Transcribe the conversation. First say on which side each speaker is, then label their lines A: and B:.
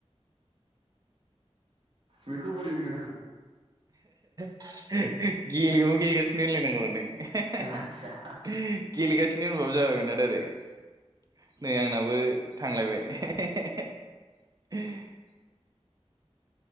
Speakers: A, on the right (about 50°); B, on the right (about 35°).
A: बेखौ बोरै होनगोन आं
B: गेलेमु गेलेगासिनो होनलायनांगौ रा नों
A: आं आदसा
B: <inaudible> गेलेगासिनो होनबाबो जाबायमोनना दाइरेक आरो नै आंनाबो थांलायबाय <unintelligible>